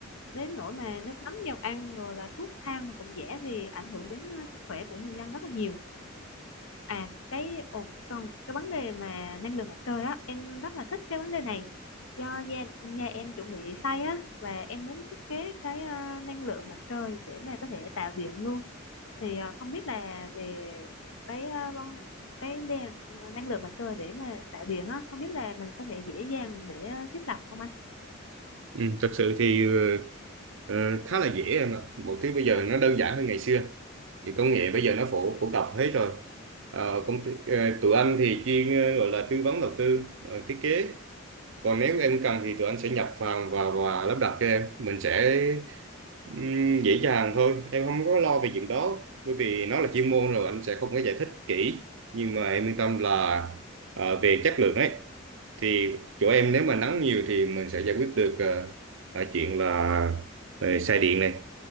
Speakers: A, on the left; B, on the right.
A: đến nỗi mà nước mắm dầu ăn rồi là thuốc thang mà cũng rẻ thì ảnh hưởng đến ờ, sức khỏe của người dân rất là nhiều à cái ồ, còn cái vấn đề mà năng lượng mặt trời á em rất là thích cái vấn đề này do gia, nhà em chuẩn bị xây á và em muốn thiết kế cái ờ, năng lượng mặt trời để mà có thể tạo điện luôn thì ờ, không biết là về cái ờ, vấn- cái đèn, năng lượng mặt trời để mà tạo điện á không biết là mình có thể dễ dàng để ờ, thiết lập không anh?
B: Ừ, thật sự thì ờ, ờ, khá là dễ em ạ. Mọi thứ bây giờ nó đơn giản hơn ngày xưa. Thì công nghệ bây giờ nó phổ phổ cập hết rồi. Ờ, công ty, ờ, tụi anh thì chuyên ờ, gọi là tư vấn đầu tư, ờ, thiết kế còn nếu em cần thì tụi anh sẽ nhập hàng và và lắp đặt cho em mình sẽ ừm, dễ dàng thôi em không có lo về chuyện đó bởi vì nó là chuyên môn rồi anh sẽ không có giải thích kỹ nhưng mà em yên tâm là ờ, về chất lượng ấy thì chỗ em nếu mà nắng nhiều thì mình sẽ giải quyết được ờ, ờ, chuyện là ờ, xài điện này